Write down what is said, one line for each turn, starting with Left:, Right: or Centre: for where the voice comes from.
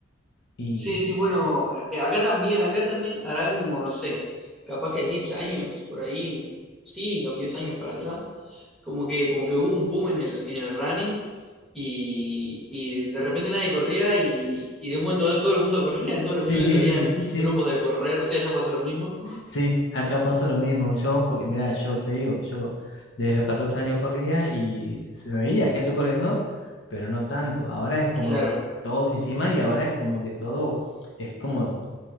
Left: y
Centre: Sí, sí, bueno, eh, acá también, acá también hará como, no sé, capaz que 10 años, por ahí, sí, capaz 10 años para atrás, como que, como que hubo un boom en el, en el running y, y de repente nadie corría y, y de un momento a otro todo el mundo <laughs> corría, en todos los
Left: sí,
Centre: clubes habían
Left: sí, sí,
Centre: grupos de correr, no sé, allá pasó lo mismo.
Left: sí, acá pasó lo mismo, yo, porque mira, yo te digo que yo desde los 14 años corría y se me veía gente corriendo, pero no tanto, ahora es como
Centre: Claro,
Left: que todo encima y ahora es como que todo es como